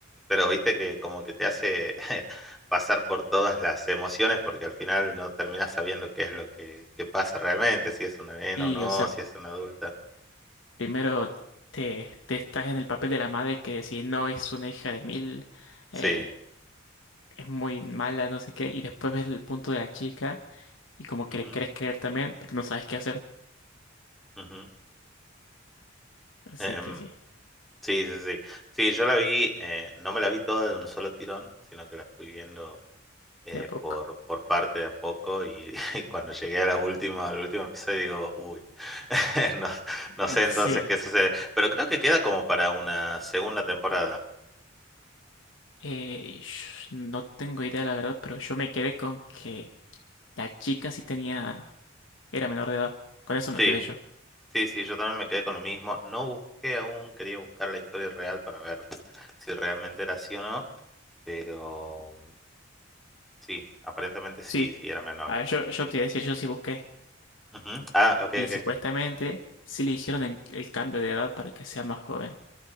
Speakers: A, in the centre; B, on the left (about 70°).
A: Pero, viste que como que te hace <laughs> pasar por todas las emociones porque al final no terminas sabiendo qué es lo que, qué pasa realmente, si es una nena
B: Y,
A: o no,
B: o sea,
A: si es una adulta.
B: primero te, te estás en el papel de la madre que si no es una hija de mil,
A: Sí.
B: eh, es muy mala, no sé qué. Y después ves el punto de la chica y como que
A: Ujú,
B: le querés creer también, pero no sabes qué hacer.
A: ujú.
B: Así
A: Em,
B: que sí,
A: sí, sí, sí. Sí, yo la vi, eh, no me la vi toda de un solo tirón, sino que la fui viendo eh,
B: de a poco.
A: por, por parte de a poco y, <laughs> y cuando llegué a la última, al último episodio digo, uy, <laughs> no,
B: <laughs>
A: no sé entonces
B: Sí.
A: qué sucede, pero creo que queda como para una segunda temporada.
B: Eh, sh- no tengo idea, la verdad, pero yo me quedé con que La chica sí tenía, era menor de edad. Con eso me
A: Sí,
B: quedé yo.
A: sí, sí, yo también me quedé con lo mismo, no busqué aún, quería buscar la historia real para ver si realmente era así o no, pero mm, sí, aparentemente sí,
B: Sí.
A: sí, era menor.
B: A ver, yo, yo te iba a decir, yo sí busqué.
A: Ujú. Ah, ok,
B: Y
A: ok,
B: supuestamente sí le hicieron en- el cambio de edad para que sea más joven.